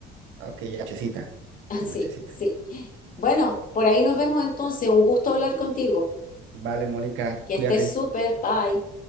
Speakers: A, on the right (about 70°); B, on the left (about 40°).
A: Ok, ya nochecita.
B: <laughs> Ah,
A: Ya
B: Sí,
A: Nochecita.
B: sí. Bueno, por ahí nos vemos entonces. Un gusto hablar contigo.
A: Vale, Mónica,
B: Que
A: cuídate.
B: estés súper. Bye.